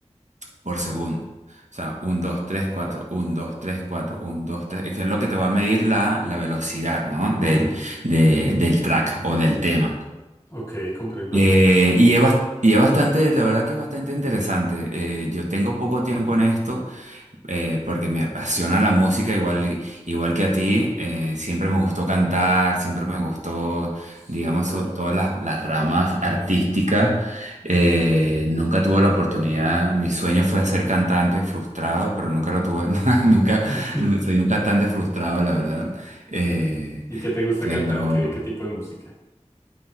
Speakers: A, on the right (about 80°); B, on the left (about 20°).
A: por segundo. O sea, 1, 2, 3, 4, 1, 2, 3, 4, 1, 2, 3, que es lo que te va a medir la, la velocidad, ¿no? Del, de- del track o del tema.
B: Ok, comprendo.
A: Eh, y es, bas- y es bastante, la verdad que es bastante interesante. Eh, yo tengo poco tiempo en esto eh, porque me apasiona la música, igual, igual que a ti. eh, siempre me gustó cantar, siempre me gustó, digamos,
B: Súper.
A: so- todas las, las ramas artísticas. Eh, nunca tuve la oportunidad, mi sueño fue ser cantante frustrado, pero nunca lo tuve, <laughs> nunca,
B: <laughs> Ujú.
A: nu- soy un cantante frustrado, la verdad. Eh,
B: ¿Y qué te gusta
A: pero
B: cantar? ¿Qué, qué tipo de música?